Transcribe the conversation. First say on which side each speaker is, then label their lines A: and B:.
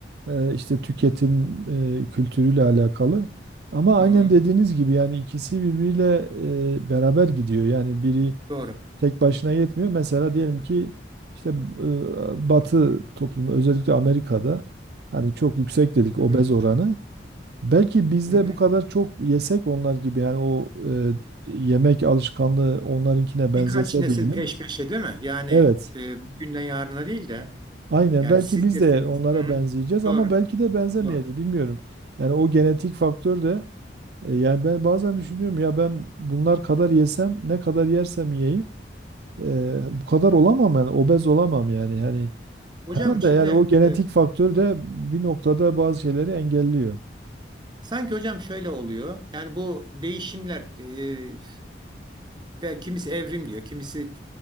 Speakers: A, on the right; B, on the right.
A: e, işte tüketim e, kültürüyle alakalı. Ama
B: Hı
A: aynen
B: hı.
A: dediğiniz gibi yani ikisi birbiriyle e, beraber gidiyor. Yani biri
B: Doğru.
A: tek başına yetmiyor. Mesela diyelim ki işte e, Batı toplumu özellikle Amerika'da hani çok yüksek dedik
B: Hı
A: obez
B: hı.
A: oranı. Belki bizde
B: Hı hı.
A: bu kadar çok yesek onlar gibi yani o e, yemek alışkanlığı onlarınkine benzese
B: Birkaç nesil
A: diyelim.
B: peş peşe değil mi? Yani
A: Evet.
B: e, bugünden yarına değil de
A: Aynen
B: yani
A: belki
B: siz
A: biz
B: deseniz
A: de onlara
B: hı hı,
A: benzeyeceğiz
B: doğru
A: ama belki de benzemeyeceğiz
B: doğru.
A: bilmiyorum. Yani o genetik faktör de e, yani ben bazen düşünüyorum ya ben bunlar kadar yesem ne kadar yersem yiyeyim e, bu kadar olamam yani obez olamam yani hani
B: Hocam
A: Herhalde
B: şimdi
A: yani o genetik
B: e,
A: faktör de bir noktada bazı şeyleri engelliyor.
B: sanki hocam şöyle oluyor. Yani bu değişimler e, belki kimisi evrim diyor, kimisi